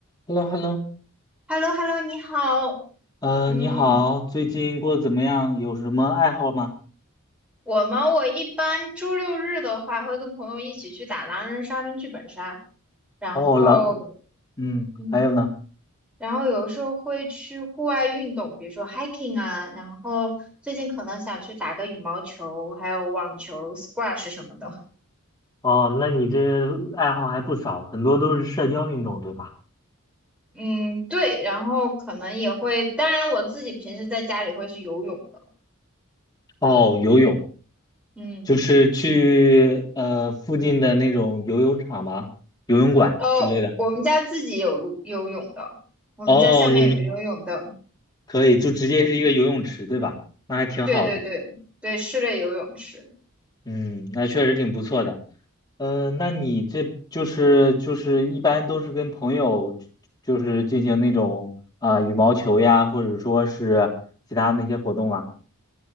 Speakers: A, on the left; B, in the centre.
A: h e l l o h e l l o
B: h e l l o h e l l o 你好。
A: 呃，
B: 嗯，
A: 你好，最近过得怎么样？有什么爱好吗？
B: 我吗？我一般周六日的话，会跟朋友一起去打狼人杀跟剧本杀，然后，
A: 哦，老嗯，
B: 嗯，
A: 还有呢？
B: 然后有时候会去户外运动，比如说 hiking 啊，然后最近可能想去打个羽毛球，还有网球、squash 什么的。
A: 哦，那你这爱好还不少，很多都是社交运动，对吧？
B: 嗯，对，然后可能也会，当然我自己平时在家里会是游泳的。
A: 哦，游泳，
B: 嗯，
A: 就是去呃附近的那种游泳场吗？游泳馆之类的。
B: 哦，我们家自己有路游泳的，我们家下面有游泳的。
A: 哦，你们可以就直接是一个游泳池，对吧？那还挺好的。
B: 对对对对，室内游泳池。
A: 嗯，那确实挺不错的。嗯、呃那你这就是就是一般都是跟朋友就是进行那种啊、羽毛球呀，或者说是其他那些活动嘛？